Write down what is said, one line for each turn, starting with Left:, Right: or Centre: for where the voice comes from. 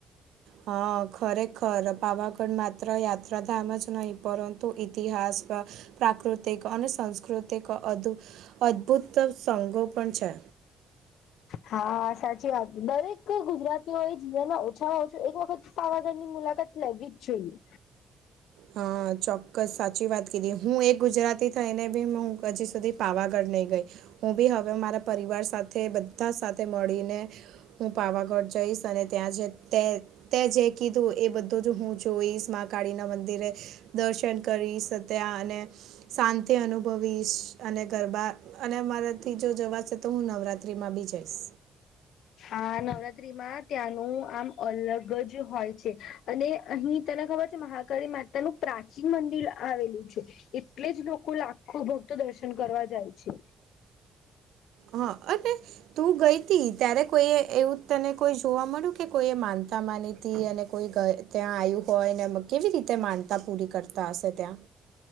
Right: હા ખરેખર પાવાગઢ માત્ર યાત્રાધામ જ નહી પરંતુ ઇતિહાસ પ્રાકૃતિક અને સાસ્કૃતિક અદભુત સોંગો પણ છે
Left: હા સાચી વાત દરેક ગુજરાતીઓ એ જીના ઓછામાં ઓછો એક વખત પાવાગઢ ની મુલાકાત લેવી જ જોઈએ
Right: હા ચોક્કસ સાચી વાત કીધી હું એ ગુજરાતી થઈને બી હું હજી સુધી પાવાગઢ નહી ગઈ હું બી હવે મારા પરિવાર સાથે સાથે મળીને હું પાવાગઢ જઈશ અને ત્યાં જે તે તે જે કીધું એ બધો જ હું જો એમા કડી ના મંદિરે દર્શન કરી સત્યા અને શાંતિ અનુભવીશ અને ગરબા અને અ મારાથી જો જવાશે તો હું નવરાત્રી માં બી જઈશ
Left: આ નવરાત્ર્રીમાં ત્યાંનું આમ અલગ જ હોય છે અને અહી તને ખબર છે મહા માતા નું પ્રાચીન મંદિર આવેલું છે એટલે જ લોકો લાખો ભક્તો દર્શન કરવા જાય છે
Right: હા અને તું ગઈ હતી ત્યારે કોઈ એવું તને કોઈ જોવા મળ્યું કે કોઈ માનતા માનીતી અને કોઈ ત્યાં આયુ કોય ને કેવી રીતે માનતા પૂરી કરતા હશે ત્યાં